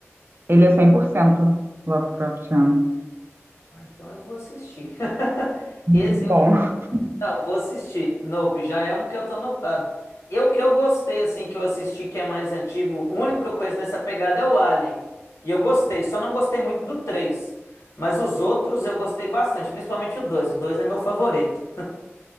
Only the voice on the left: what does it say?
Ah, então eu vou assistir. <laughs> Esse
eu vou,
não, vou assistir. Nope, já é um que eu tô anotado. Eu que eu gostei, assim, que eu assisti, que é mais antigo, o único que eu conheço nessa pegada é o Alien. E eu gostei, só não gostei muito do três Mas os outros eu gostei bastante, principalmente o dois O 2 é meu favorito.